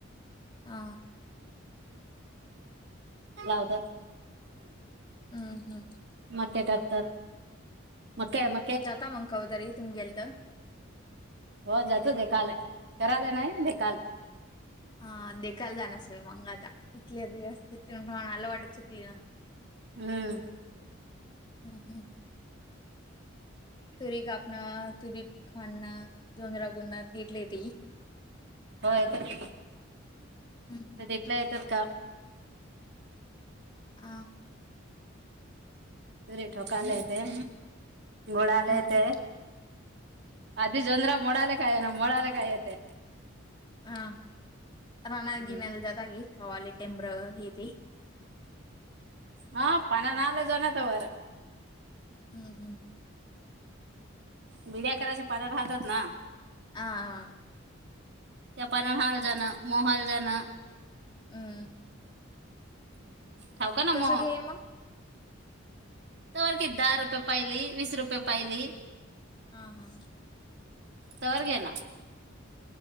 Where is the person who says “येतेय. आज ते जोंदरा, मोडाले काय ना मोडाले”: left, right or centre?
Right